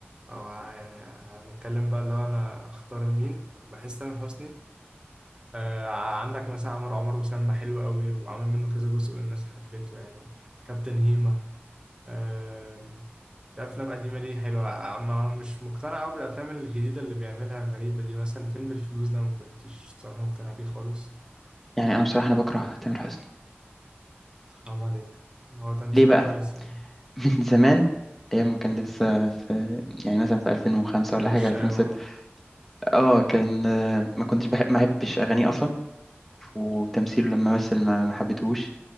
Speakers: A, on the right; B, in the centre.
A: او ه- يعني هنتكلم بقى اللي هو انا اختار مين بحس تامر حسني آه عندك مثلا عمر عمر وسلمى حلو قوي وعامل منه كذا جزء والناس حبيته يعني كابتن هيما آه في افلام قديمه ليه حلوه آه، ما مش مقتنع قوي بالافلام الجديده اللي بيعملها غريبه دي مثلا فيلم الفلوس ده ما كنتش صراحه مقتنع بيه خالص
B: يعني انا بصراحه انا بكره تامر حسني
A: حرام عليك هو تمثيله
B: ليه بقى
A: كويس يعني
B: <laughs> من زمان ايام ما كان لسه في يعني مثلا في 2005
A: آه
B: ولا
A: مش
B: حاجه ألفين
A: اه
B: وستة، اه كان آه، ما كنتش بحب ما بحبش اغانيه اصلا وتمثيله لما مثل ما ما حبيتهوش